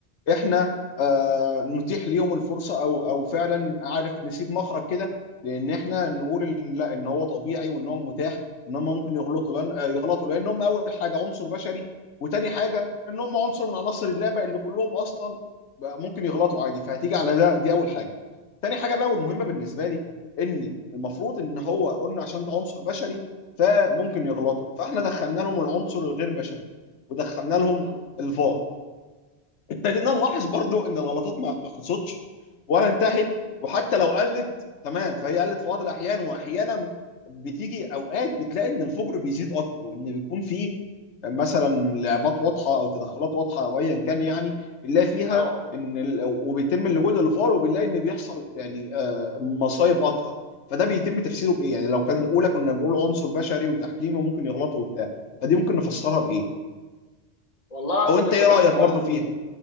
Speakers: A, on the left; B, on the left.
A: احنا آه، نتيح ليهم الفرصه او او فعلا عارف نسيب مخرج كده لان احنا نقول إن لا ان هو طبيعي وان هو متاح ان هم ممكن يغلطوا لان آه، يغلطوا لان هم اول حاجه عنصر بشري وتاني حاجه ان هم عنصر من عناصر اللعبه اللي كلهم اصلا بقى ممكن يغلطوا عادي فهتيجي على ده دي اول حاجه تاني حاجه بقى والمهمه بالنسبه لي ان المفروض ان هو قلنا عشان ده عنصر بشري فممكن يغلطوا فاحنا دخلنا لهم العنصر الغير بشري ودخلنا لهم
B: مم.
A: الفار ابتدينا نلاحظ برضو ان الغلطات ما ما خلصتش ولا انتهت وحتى لو قلت تمام فهي قلت في بعض الاحيان واحيانا بتيجي اوقات بتلاقي ان الفجر بيزيد اكتر وان بيكون فيه مثلا لعبات واضحه او تدخلات واضحه او ايا كان يعني بنلاقي فيها
B: اه
A: ان ال... وبيتم اللجوء للفار وبنلاقي ان بيحصل يعني آه، مصايب اكتر فده بيتم تفسيره بايه يعني لو كان الاولى كنا بنقول عنصر بشري وتحكيمي وممكن يغلطوا وبتاع فدي ممكن نفسرها بايه
B: والله يا صديقي
A: او انت ايه
B: بص
A: رايك
B: هقول
A: برضو فيها